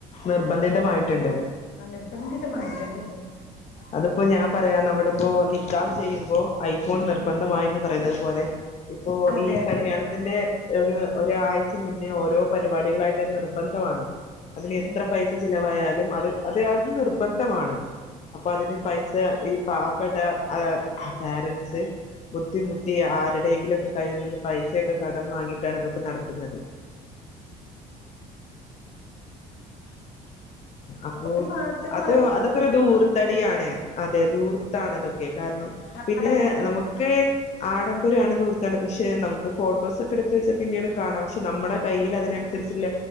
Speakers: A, on the left (about 35°); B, on the left (about 65°).
A: നിർബന്ധിതമായിട്ടുണ്ട്
B: ആ നിർബന്ധിതമായിട്ടുണ്ട്.
A: അതിപ്പോ ഞാൻ പറയാം നമ്മളിപ്പോ നിക്കാഹ് ചെയ്യുമ്പോ ഐഫോൺ നിർബന്ധമായിന്ന് പറയുന്നത് പോലെ ഇപ്പൊ
B: അതെ
A: ഈ
B: അതെ
A: കല്യാണത്തിൻറെ ഒരു ഒരാഴ്ച മുന്നെ ഒ രോ പരിപാടികളായാ ട്ട് നിർബന്ധമാണ് അതിന് എത്ര
B: ഉം
A: പൈസ ചിലവായാ ഇതേമാറി അതിയത് നിർബന്ധമാണ് പകുതി പൈസ ഈ പാവപ്പെട്ട ആഹ് പാരൻസ് ബുദ്ധിമുട്ടി ആരുടെയെങ്കിലുക്കെ കയ്യിൽ നിന്ന് പൈസയൊക്കെ കടം വാങ്ങിയിട്ടാണ് ഇതൊക്കെ നടത്തുന്നത് <inaudible> അപോ
B: ഒരു മാറ്റം
A: അത് അതൊക്കൊരു ധൂർ ത്തടിയാണ് അതെ ദൂർത്താണത് കെ കാരണം
B: വേണം
A: പിന്നെ നമുക്ക് ആഡംബരാണ് ധൂർത് താണ് പിഷേ നമുക്ക് ഫോട്ടോസൊക്കെടുത്തു വച്ച പിന്നീടും കാണാം. ഷേ നമ്മുടെ കയ്യിൽ അതിനനുസരിച്ചുള്ള